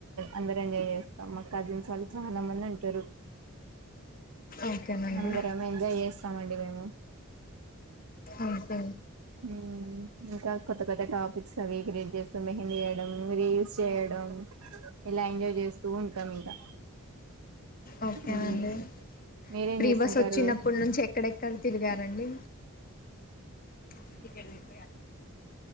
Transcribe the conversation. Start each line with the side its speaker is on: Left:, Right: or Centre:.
Right: అందరు ఎంజాయ్ చేస్తాం మా కజిన్స్ వాళ్ళు చాలా మంది ఉంటారు
Left: ఓకేనండి
Right: అందరము ఎంజాయ్ చేస్తామండి మేము
Left: ఉహ్మ్
Right: ఉమ్ ఇంకా కొత్త కొత్త టాపిక్స్ అవి క్రియేట్ చేస్తూ మెహందీ వేయడం రీల్స్ చేయడం ఇలా ఎంజాయ్ చేస్తూ ఉంటాం ఇంకా
Left: ఒకేనండి
Right: హ్మ్ మీరేం
Left: ఫ్రీ
Right: చేస్తుంటారు
Left: బస్ వచ్చినప్పుడు నుంచి ఎక్కడెక్కడ తిరిగారాండి <unintelligible>